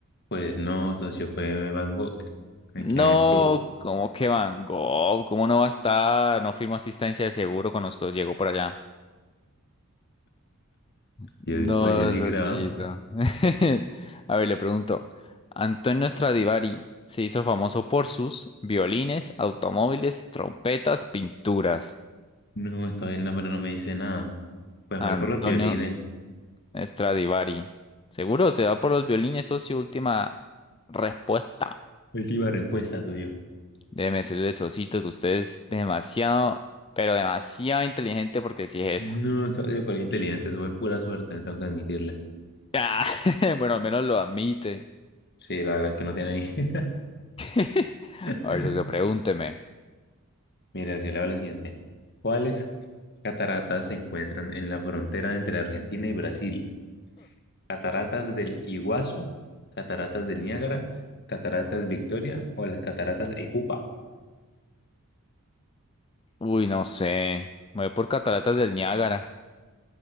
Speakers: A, on the left (about 50°); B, on the left (about 25°).
A: Pues no, socio, fue Van Gogh, el
B: No,
A: que no estuvo.
B: ¿cómo que Van Gogh? ¿Cómo no va a estar? No firmó asistencia de seguro cuando usted llegó por allá. No,
A: Yo, pues yo sí
B: Sosito.
A: grababa.
B: <laughs> A ver, le pregunto. Antonio Stradivari se hizo famoso por sus violines, automóviles, trompetas, pinturas.
A: No, esta vez el nombre no me dice nada. Pues
B: Antonio
A: voy por los violines.
B: Stradivari. ¿Seguro se va por los violines, socio? Última respuesta.
A: Última respuesta tuyo.
B: Déjeme decirle, Sosito, que usted es demasiado, pero demasiado inteligente porque sí es
A: No,
B: eso.
A: soy con inteligente, eso fue pura suerte, tengo que admitirle.
B: Ah, <laughs> bueno, al menos lo admite.
A: Sí, la verdad es que no tiene ni.
B: <laughs> A
A: <laughs>
B: ver, socio, pregúnteme.
A: Mira, si le hago la siguiente. ¿Cuáles cataratas se encuentran en la frontera entre Argentina y Brasil? ¿Cataratas del Iguazú, cataratas del Niágara, cataratas Victoria o las cataratas Epupa?
B: Uy, no sé. Me voy por cataratas del Niágara,